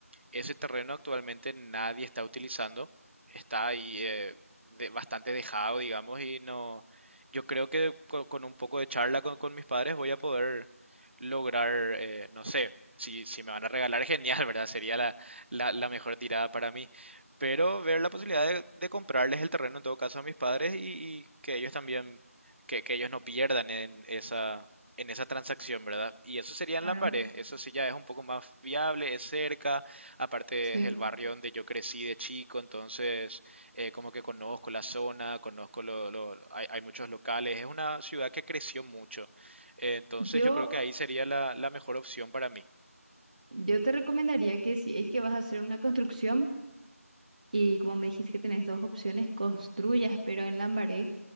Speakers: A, on the right; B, on the right.
A: ese terreno actualmente nadie está utilizando, está ahí eh, de- bastante dejado, digamos, y no, yo creo que co- con, un poco de charla con, con mis padres voy a poder lograr, eh, no sé, si, si me van a regalar, <laughs> genial, ¿verdad? Sería la, la- la mejor tirada para mí, pero ver la posibilidad de, de comprarles el terreno en todo caso a mis padres y, y que ellos también, que, que ellos no pierdan en esa en esa transacción, ¿verdad? Y eso sería
B: Claro,
A: en Lambaré, eso sí ya es un poco más viable, es cerca, Aparte
B: sí.
A: es el barrio donde yo crecí de chico, entonces eh, como que conozco la zona, conozco lo, lo- hay, hay muchos locales, es una ciudad que creció mucho. Eh, entonces
B: Yo,
A: yo creo que ahí sería la, la mejor opción para mí.
B: yo te recomendaría que si es que vas a hacer una construcción y como me dijiste que tenés dos opciones, construyas, pero en Lambaré